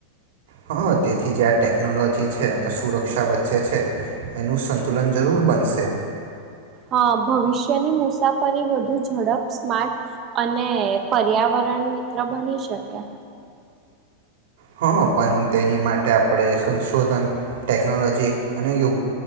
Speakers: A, on the right (about 75°); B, on the right (about 30°).
A: હા તેથી જે આ ટેકનોલોજી છે અને સુરક્ષા વચ્ચે છે એનું સંતુલન જરૂર બનશે.
B: હા ભવિષ્યની મુસાફરી વધુ ઝડપ સ્માર્ટ અને પર્યાવરણ મિત્ર બની શકે
A: હા પણ તેની માટે આપણે સંશોધન ટેકનોલોજી અનેયો